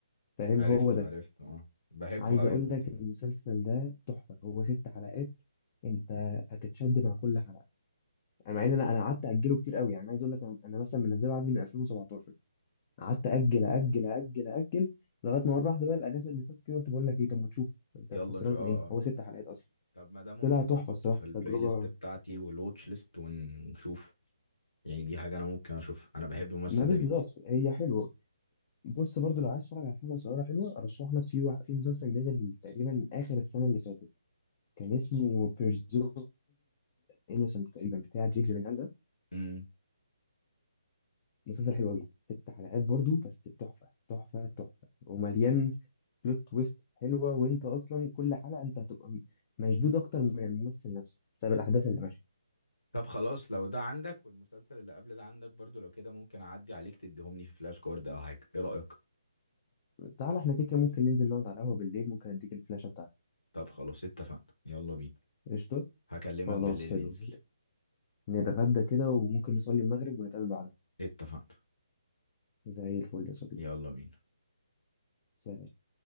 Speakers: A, on the left; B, on the left.
A: فاهم
B: عرفته
A: هو ده
B: عرفته اه بحبه
A: عايز
B: قوي
A: اقول
B: برضه
A: لك المسلسل ده تحفة هو ست حلقات انت هتتشد مع كل حلقة انا مع ان انا انا قعدت اجله كتير قوي يعني عايز اقول لك انا أنا مثلا منزله عندي من 2017 قعدت اجل اجل اجل اجل لغايه ما مره واحده بقى الاجازه اللي فاتت كده قلت بقول لك ايه طب ما تشوف انت
B: يلا
A: خسران
B: نشوف اه
A: ايه
B: اه
A: هو ست حلقات اصلا
B: طب ما ده ممكن
A: طلع تحفه
B: ده احطه
A: الصراحه
B: في البلاي
A: تجربه
B: ليست بتاعتي والواتش ليست ونشوفه يعني دي حاجة انا ممكن اشوفها انا بحب الممثل
A: ما بالظبط
B: ده جدا
A: هي حلوه بص برضو لو عايز تتفرج على حاجه صغيره حلوه ارشح لك في وع- في مسلسل نزل تقريبا اخر السنه اللي فاتت كان اسمه بيرزون انوسنت تقريبا بتاع جيك جيلنهال ده
B: امم
A: مسلسل حلو قوي ست حلقات برضو بس تحفه تحفه تحفه ومليان بلوت تويست حلوه وانت اصلا كل حلقه انت هتبقى م- مشدود اكتر من الممثل نفسه بسبب الاحداث اللي ماشيه
B: طب خلاص لو ده عندك والمسلسل اللي قبل ده عندك برضو لو كده ممكن اعدي عليك تديهم لي في فلاش كارد او حاجة ايه رأيك
A: تعال احنا كده كده ممكن ننزل نقعد على القهوه بالليل ممكن اديك الفلاشه بتاعتي
B: طب خلاص اتفقنا يلا بينا
A: قشطه
B: هكلمك
A: خلاص
B: بالليل
A: حلو
B: ننزل
A: نتغدى كده وممكن نصلي المغرب ونتقابل بعدها
B: اتفقنا
A: زي الفل يا صديقي
B: يلا بينا
A: سلام